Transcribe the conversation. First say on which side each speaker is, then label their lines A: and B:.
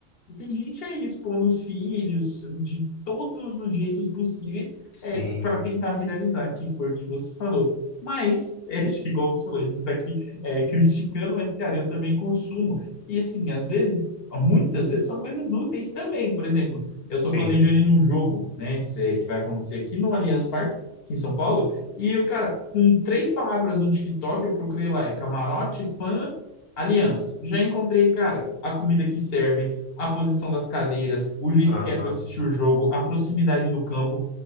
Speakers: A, on the left (about 60°); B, on the left (about 85°).
A: tem gente aí expondo os filhos de todos os jeitos possíveis
B: sim,
A: é, para tentar viralizar, que foi o que você falou. Mas, é, <laughs> acho que igual você falou, a gente está aqui é, criticando, mas, cara, eu também consumo. E, assim, às vezes, muitas vezes são coisas úteis também. Por exemplo, eu estou
B: sim.
A: planejando ir num jogo, né, se- que vai acontecer aqui no Allianz Parque, aqui em São Paulo, e eu, cara, com três palavras no TikTok, eu procurei lá, é camarote, fã, Aliança, já encontrei, cara, a comida que servem a posição das cadeiras, o jeito
B: Aham,
A: que é para assistir o jogo, a proximidade do campo.